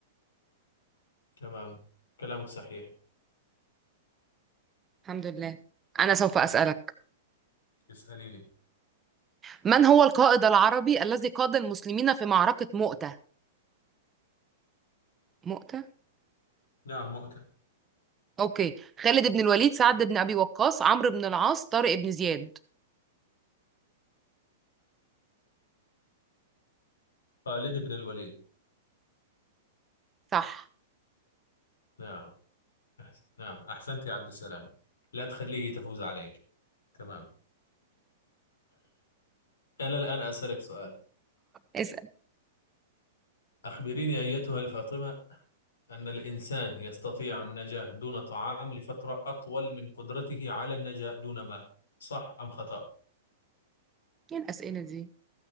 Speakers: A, on the left; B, on the right.
A: تمام كلامك صحيح
B: الحمد لله انا سوف اسالك
A: اسأليني
B: من هو القائد العربي الذي قاد المسلمين في معركه مؤتة مؤتة
A: نعم مؤتة
B: اوكي خالد بن الوليد سعد بن ابي وقاص عمرو بن العاص طارق بن زياد
A: خالد بن الوليد
B: صح
A: نعم أحسن. نعم أحسنت يا عبد السلام لا تخليه تفوز عليك تمام أنا الآن أسألك سؤال
B: اسال
A: أخبريني أيتها الفاطمة أن الإنسان يستطيع النجاة دون طعام لفترة أطول من قدرته على النجاة دون ماء صح أم خطأ؟
B: ايه الاسئله دي